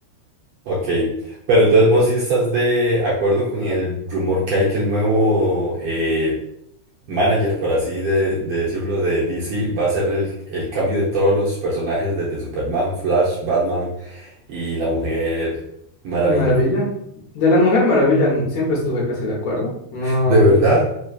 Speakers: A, on the right; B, on the left.
A: Ok, pero entonces vos sí estás de acuerdo con el rumor que hay que el nuevo eh, manager, por así de, de decirlo, de DC va a ser el, el cambio de todos los personajes desde Superman, Flash, Batman y la Mujer Maravilla.
B: Maravilla. De la Mujer Maravilla n- siempre estuve casi de acuerdo. No.
A: <laughs> ¿De verdad?